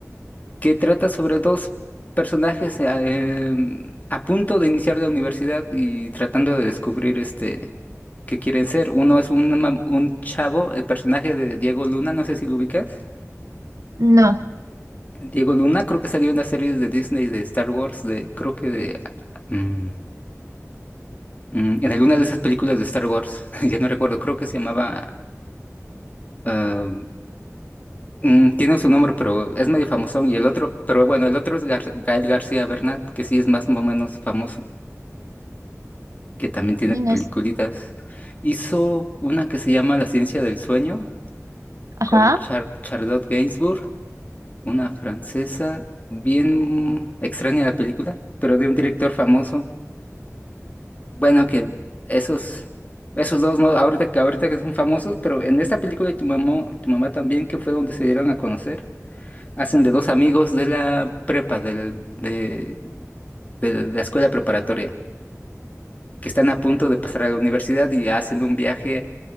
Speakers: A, on the left (about 30°); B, on the right (about 80°).
A: que trata sobre dos personajes eh, a punto de iniciar la universidad y tratando de descubrir este que quieren ser. Uno es un, mam- un chavo, el personaje de Diego Luna, no sé si lo ubicas.
B: No,
A: Diego Luna creo que salió en las series de Disney de Star Wars, de creo que de... mm, mm, en alguna de esas películas de Star Wars, <laughs> ya no recuerdo, creo que se llamaba... ah, mm, tiene su nombre, pero es medio famosón. Y el otro, pero bueno, el otro es Gar- Gael García Bernal, que sí es más o menos famoso, que también tiene
B: y
A: peliculitas.
B: no es,
A: Hizo una que se llama La ciencia del sueño
B: ajá,
A: con Char- Charlotte Gainsbourg. Una francesa bien extraña la película, pero de un director famoso. Bueno, que esos, esos dos, ¿no? Ahorita, que- ahorita que son famosos, pero en esta película y tu mamá, tu mamá también, que fue donde se dieron a conocer, hacen de dos amigos de la prepa, del- de, de la escuela preparatoria, que están a punto de pasar a la universidad y hacen un viaje